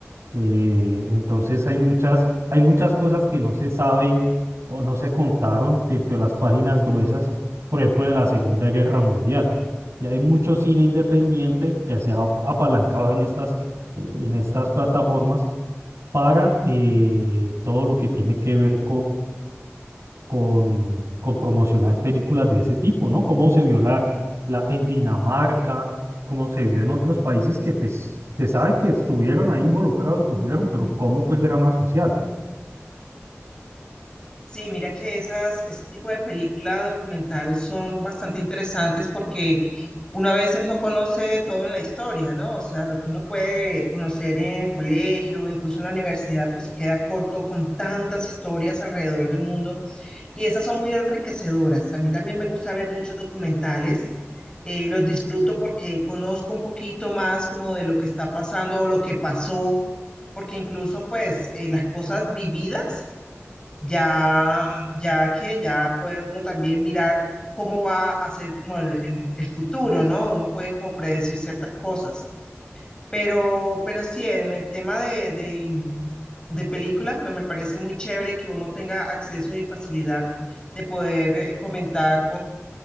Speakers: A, on the right (about 70°); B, on the left (about 15°).
A: Eh, entonces hay muchas, hay muchas cosas que no se saben o no se contaron dentro de las páginas gruesas, por ejemplo, de la Segunda Guerra Mundial. Y hay mucho cine independiente que se ha ap- apalancado en estas, eh, en estas plataformas para eh, todo lo que tiene que ver con, con promocionar películas de ese tipo, ¿no? Cómo se vio la, la, en Dinamarca, cómo se vio en otros países que pues se sabe que estuvieron ahí involucrados, sufrieron, pero ¿cómo fue el drama social?
B: Sí, mira que esas, ese tipo de película documental son bastante interesantes porque uno a veces no conoce todo en la historia, ¿no? O sea, lo que uno puede conocer en el colegio, incluso en la universidad, pues se queda corto con tantas historias alrededor del mundo y esas son muy enriquecedoras. A mí también me gusta ver muchos documentales, eh, los disfruto porque conozco un poquito más como de lo que está pasando o lo que pasó, porque incluso pues eh, las cosas vividas ya, ya que ya puede uno también mirar cómo va a ser como el, el- el futuro, ¿no? Uno puede como predecir ciertas cosas. Pero, pero sí, en el tema de, de, de películas, pues me parece muy chévere que uno tenga acceso y facilidad de poder eh, comentar